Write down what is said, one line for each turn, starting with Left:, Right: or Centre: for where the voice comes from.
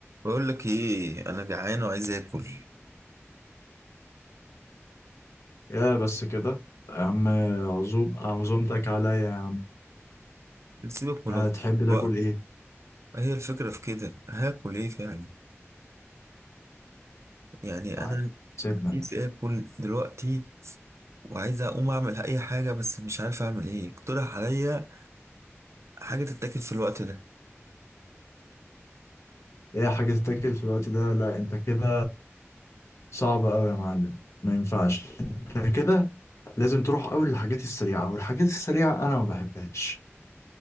Right: بقول لك ايه انا جعان وعايز اكل
Left: يا بس كده يا عم عزوم عزومتك عليا يا عم
Right: سيبك من
Left: هتحب تاكل
Right: الوقت
Left: ايه؟
Right: هي الفكره في كده هاكل ايه فعلا يعني
Left: تعال
Right: انا
Left: سيبنا انا
Right: عايز اكل دلوقتي وعايز اقوم اعمل اي حاجه بس مش عارف اعمل ايه اقترح عليا حاجه تتاكل في الوقت ده
Left: ايه حاجة تتاكل في الوقت ده لا انت كده صعب قوي يا معلم ما ينفعش انت كده لازم تروح اول للحاجات السريعة والحاجات السريعة انا ما بحبهاش